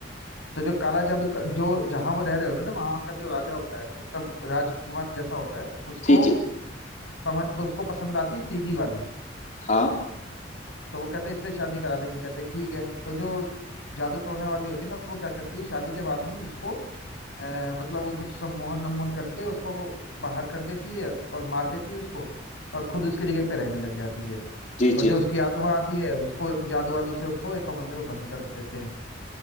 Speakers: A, on the left (about 85°); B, on the left (about 40°).
A: तो जो काला जादू का जो जहां वो रह रहे होते हैं ना वहां का जो राजा होता है मतलब राजकुमार जैसा होता है उसको
B: जी जी
A: समझ उसको पसंद आती है सीधी वाली
B: हाँ
A: तो वो कहते हैं इससे शादी करा देंगे कहते हैं ठीक है तो जो जादू टोने वाली होती है ना वो क्या करती है शादी के बाद में उसको अ, मतलब वो कुछ सम्मोहन नमोहन करके उसको बाहर कर देती है और मार देती है उसको और खुद उसकी जगह पे रहने लग जाती है
B: जी
A: और
B: जी
A: जो उसकी आत्मा आती है उसको जादू वादू से उसको एक कमरे में बंद कर देते हैं